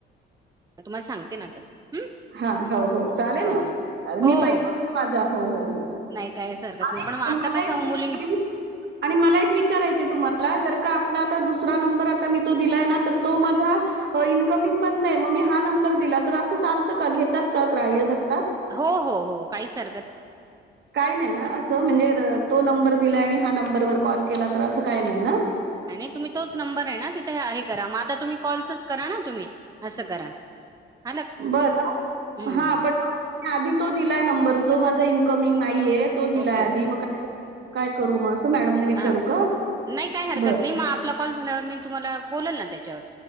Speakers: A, on the right; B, on the right.
A: मी तुम्हाला सांगते ना तसं. हम्म
B: हा हो- हो चालेल
A: ह
B: ना तर
A: हो
B: मी पहिलाच-
A: होच
B: माझा हो- हो हो.
A: नाही काहीच हरकत
B: आणि
A: नाही पण
B: <unintelligible>
A: मग आता कसं मुलीं
B: आणि मला एक विचारायचं तुम्हाला जर का आपला आता दुसरा नंबर आता मी तो दिलाय ना तर तो माझा इनकमिंग बंद हाय म मी हा नं नंबर दिला तर आसं चालतं? का घेतात का ग्राह्य धरत
A: हो- हो -हो काहीच हरकत
B: काय नाई ना असं म्हणजे र -तो नंबर दिलाय आणि हा नंबरवर कॉल केला तर असं काय नाही ना?
A: नाय- नाय तुम्ही तोच नंबर हाय ना तिथे हा हे करा म आता तुम्ही कॉलचच करा ना तुम्ही आसं करा. <inaudible>
B: बर
A: हम्म
B: हा- पण आधी -तो दिलाय नंबर जो माझा इनकमिंग नाईयेय तो दिलाय
A: ओके
B: आधी
A: ओके
B: <unintelligible> मग का काय करू म अस मॅडमना विचारू
A: हा
B: का?
A: नाही काय हरकत
B: बर
A: नाही मग आपला कॉल झाल्यावर मी तुम्हाला बोलेल ना त्याच्यावर.